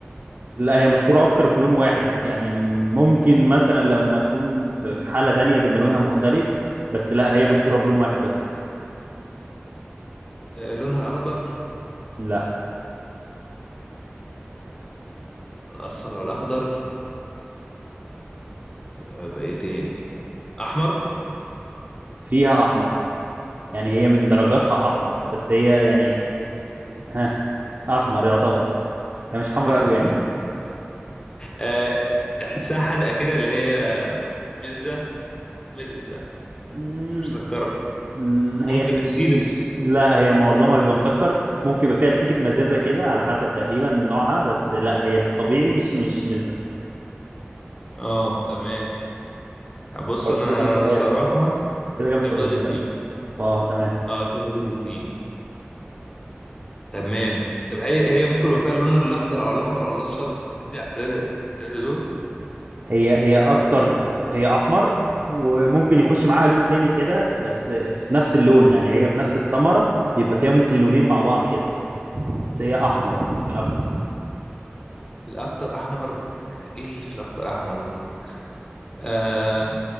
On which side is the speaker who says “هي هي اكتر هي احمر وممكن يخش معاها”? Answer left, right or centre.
Right